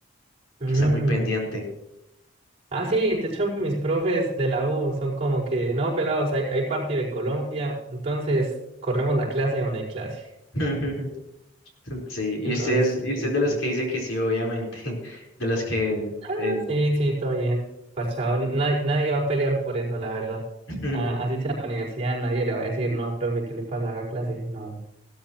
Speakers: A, on the right; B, on the left.
A: Mm.
B: que estar muy pendiente.
A: Ah, sí, de hecho mis profes de la U son como que, no, pelados, hay, hay partido de Colombia, entonces corremos la clase o no hay clase.
B: <laughs> Sí, y
A: Entonces,
B: usted es,
A: sí,
B: y usted
A: sí, sí.
B: es de los que dice que sí, obviamente. <laughs> De los que
A: Ah,
B: eh,
A: sí, sí, todo bien, pachado. Nadie, nadie va a pelear por eso, la verdad.
B: <laughs>
A: Ah, así sea la universidad, nadie le va a decir, no, profe, ¿qué le pasa? Haga clase. No,